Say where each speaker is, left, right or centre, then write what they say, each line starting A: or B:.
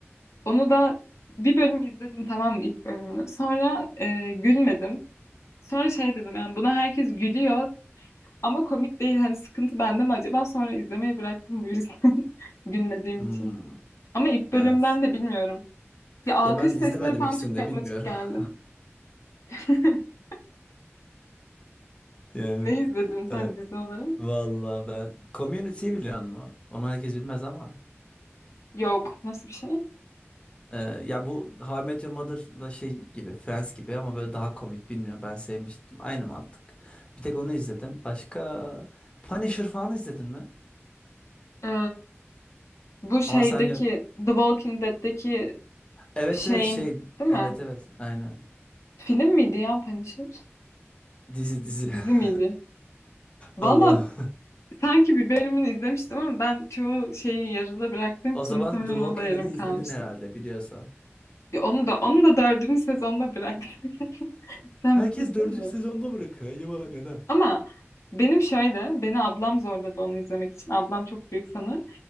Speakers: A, on the left (about 85°); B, on the left (about 25°).
A: Onu da bir bölüm izledim tamam mı ilk bölümünü. Sonra e, gülmedim. Sonra şey dedim yani buna herkes gülüyor ama komik değil. Hani sıkıntı bende mi acaba? Sonra izlemeyi bıraktım bu yüzden. <laughs> Gülmediğim
B: Hmm,
A: için. Ama ilk bölümden
B: evet.
A: de bilmiyorum. Ya alkış
B: Ya ben izlemedim
A: sesleri falan
B: ikisini
A: çok
B: de
A: yapmacık
B: bilmiyorum.
A: geldi.
B: <laughs>
A: <laughs>
B: Yani
A: Ne izledin sen
B: evet.
A: dizi olarak?
B: Vallahi ben Community'yi biliyor musun? Onu herkes bilmez ama.
A: Yok. Nasıl bir şey?
B: Ee, ya bu How I Met Your Mother'la şey gibi Friends gibi ama böyle daha komik bilmiyorum. Ben sevmiştim. Aynı mantık. Bir tek onu izledim. Başka Punisher falan izledin mi?
A: Ee, bu şeydeki
B: Ama sen yok.
A: The Walking Dead'deki
B: Evet
A: şeyin
B: evet şey.
A: değil
B: Evet
A: mi?
B: evet aynen.
A: Film miydi ya Punisher?
B: Dizi dizi.
A: Dizi
B: <laughs>
A: miydi? Valla
B: Allah.
A: sanki bir bölümünü izlemiştim ama ben çoğu şeyi yarıda bıraktığım
B: O
A: için
B: zaman
A: muhtemelen
B: The Walking
A: o da yarım
B: Dead'i izledin
A: kalmıştı.
B: herhalde biliyorsan.
A: Ya onu da onu da dördüncü sezonda bıraktım. <laughs> Sen
B: Herkes
A: bitirdin
B: dördüncü
A: mi?
B: sezonda bırakıyor. Acaba neden?
A: Ama benim şöyle, beni ablam zorladı onu izlemek için. Ablam çok büyük fanı.